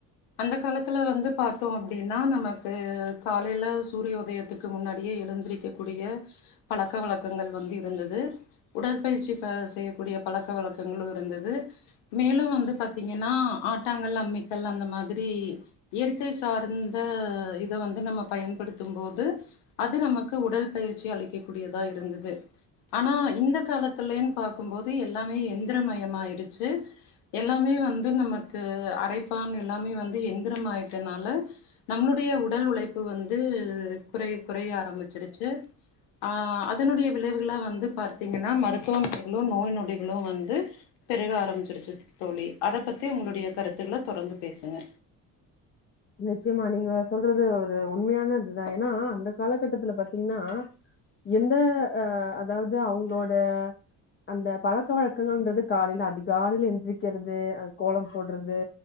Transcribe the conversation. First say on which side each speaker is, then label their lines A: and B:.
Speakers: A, on the left; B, on the left.
A: அந்த காலத்துல வந்து பார்த்தோ அப்டின்னா நமக்கு காலைல சூரியோதயத்துக்கு முன்னாடியே எழுந்திரக்க கூடிய பழக்க வழக்கங்கள் வந்து இருந்தது உடற்பயிற்சி ப செய்யக்கூடிய பழக்க வழக்கங்களும் இருந்துது மேலும் வந்து பார்த்தீங்கன்னா ஆட்டாங்கள் அம்மி அந்த மாதிரி இயற்கை சார்ந்த இத வந்து நம்ம பயன்படுத்தும் போது அது நமக்கு உடல் பயிற்சி அளிக்கக்க கூடியதா இருந்துது ஆனா இந்த காலத்தில பார்க்கும்போது எல்லாமே எந்த ந்திரமயமாயிருச்சு எல்லாமே வந்து நமக்கு அரைப்பான் எல்லாமே வந்து எந்திரம் ஆயிட்டனால நம்மளுடைய உடல் உழைப்பு இப்ப வந்து குறைய குறைய ஆரம்பிச்சிருச்சு ஆஹ் அதனுடைய விளைவுகள வந்து பாத்தீங்கன்னா மருத்துவமனைகளும் நோய் நொடிகளும் வந்து பெருக ஆரம்பிச்சிருச்சு தோழி அத பத்தி உங்களுடைய கருத்துக்கள தொடர்ந்து பேசுங்க
B: நிச்சயமா நீங்க சொல்றது ஒரு உண்மையானதுதான் ஏன்னா அந்த காலகட்டத்துல பாத்தீங்கன்னா எந்த அஹ் அதாவது அவங்களோட அந்த பழக்க வழக்கங்கள்ன்றது காலைல அதிகாலையில எந்திரிக்கிறது அ கோலம் போடுறது